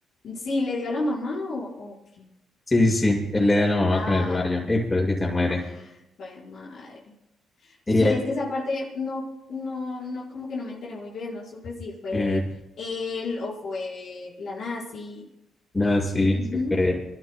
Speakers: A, on the left (about 65°); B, on the left (about 25°).
A: sí, le dio a la mamá o, o qué.
B: Sí, sí, sí. Él le da a la mamá
A: Ah,
B: con el rayo. Y pero es que se muere.
A: ah, pues madre.
B: Y
A: Sí,
B: ahí-
A: es que esa parte no, no, no, como que no me enteré muy bien, no supe si fue
B: eh,
A: él o fue la nazi.
B: no, sí,
A: Ujú.
B: se fue.